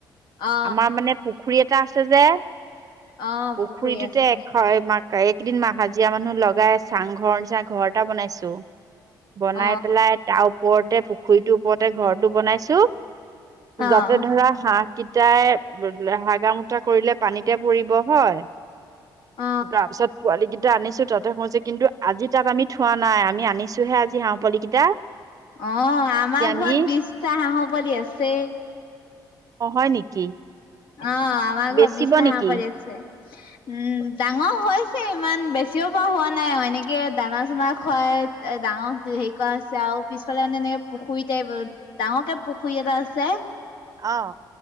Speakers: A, on the left; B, on the right.
A: অ
B: আমাৰ মানে পু পুখুৰী এটা আছে যে
A: অ
B: পুখুৰীটোতে
A: পুখুৰী আছে
B: এশ এক একিদিন হাজিৰা মানুহ লগাই চাংঘৰ নিচিনা ঘৰ এটা বনাইছো। বনাই
A: অ
B: পেলাই তাৰ ওপৰতে পু খুৰীটোৰ ওপৰতে ঘৰটো বনাইছো।
A: অ অ
B: যাতে ধৰা হাঁহ তিতাই হাগা মুতা কৰিলে পানীতে পৰিব হয়।
A: অ
B: তাৰ পিছত পোৱালি দি তে আনিছো তাতে সজে কিন্তু আজি তাত আমি থোৱা নাই, আমি আনিছোহে আজি হাঁহ পোৱালি কেইটা।
A: অ', আমাৰ
B: আজি আমি
A: ঘৰত বিশটা হাঁহৰ পোৱালি আছেই।
B: অ' হয় নেকি।
A: অ', আমাৰ
B: বেচিব
A: ঘৰত বিশটা হাঁহৰ
B: নেকি
A: পোৱালি আছে। উম, ডাঙৰ হৈ এ ইমান বেছিও পৰা হোৱা নাই এনেকে দানা চানা খুৱাই ডাঙৰ হেৰি কৰা হৈছে আৰু পিছফালে মানে এনেকে পুখুৰী টাইপ, ডাঙৰকে পুখুৰী এটা আছে।
B: অ'।